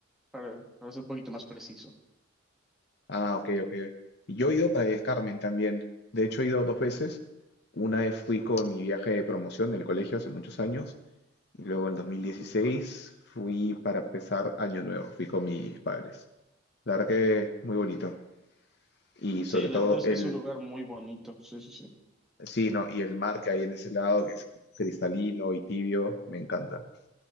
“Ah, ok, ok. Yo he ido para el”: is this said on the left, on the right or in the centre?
Left